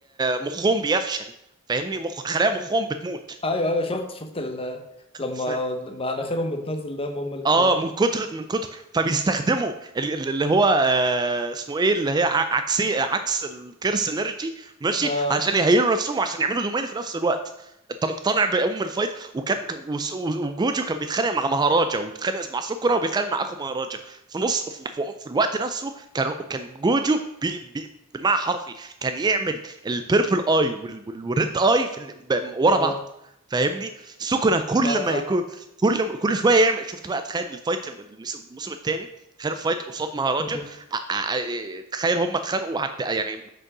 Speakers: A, on the right; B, on the left.
A: مخهم بيفشل فاهمني مخ خلايا مخهم بتموت
B: ايوه ايوه شفت شفت ال...
A: <laughs>
B: لما بقى مناخيرهم بتنزل دم هما الاثنين
A: اه من كتر من كتر فبيستخدموا ال- ال- اللي هو آه اسمه ايه اللي هي ع- عكسي عكس الكرس انرجي ماشي
B: اه
A: عشان يهيلوا نفسهم وعشان يعملوا دومين في نفس الوقت انت مقتنع بام الفايت وكان وس- وجوجو كان بيتخانق مع مهاراجا وبيتخانق مع سكرة وبيتخانق مع اخو مهاراجا في نص في, في, في الوقت نفسه كان كان جوجو بي بي بالمعنى حرفي كان يعمل البيربل اي والريد اي في ال- ب- ورا
B: اه
A: بعض فاهمني سكنة كل
B: اه
A: ما
B: فاهم
A: كل كل شويه يعمل شفت بقى تخيل الفايت المس- الموسم الثاني تخيل الفايت قصاد مهاراجا
B: مم.
A: ع- ع- تخيل هم اتخانقوا عد... يعني